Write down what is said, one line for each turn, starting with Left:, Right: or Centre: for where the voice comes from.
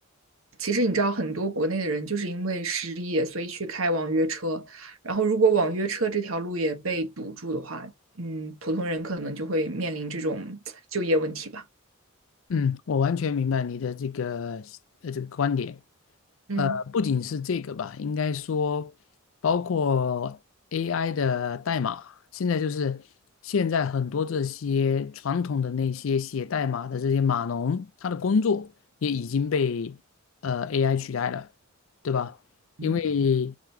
Right: 其实你知道，很多国内的人就是因为失业，所以去开网约车。然后如果网约车这条路也被堵住的话，嗯，普通人可能就会面临这种就业问题吧。
Left: 嗯，我完全明白你的这个呃这个观点。
Right: 嗯
Left: 呃，不仅是这个吧，应该说包括 AI 的代码，现在就是现在很多这些传统的那些写代码的这些码农，他的工作也已经被呃 AI 取代了，对吧？
Right: 嗯，
Left: 因为